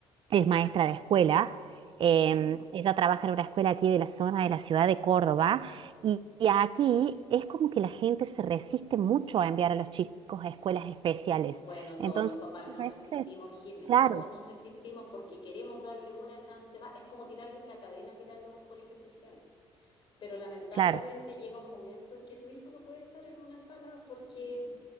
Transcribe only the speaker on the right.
es maestra de escuela, em,
ella trabaja en una escuela aquí de la zona de la ciudad de Córdoba y, y aquí es como que la gente se resiste mucho a enviar a los chicos a escuelas especiales.
Entonces,
muchas
veces,
claro,
claro,